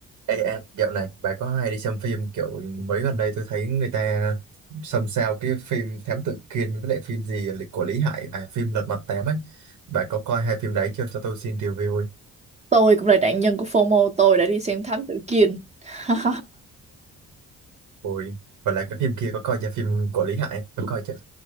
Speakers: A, on the right; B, on the right.
A: Ê em, dạo này bà có hay đi xem phim kiểu mấy gần đây tôi thấy người ta xôn xao cái phim Thám Tử Kiên với lại phim gì là của Lý Hải à phim Lật Mặt Tám ấy. Bà có coi hai phim đấy chưa cho tôi xin review ấy.
B: Tôi cũng là nạn nhân của FOMO, tôi đã đi xem Thám Tử Kiên. <laughs>
A: Ôi, và lại cái phim kia có coi chưa phim của Lý Hải có coi chưa?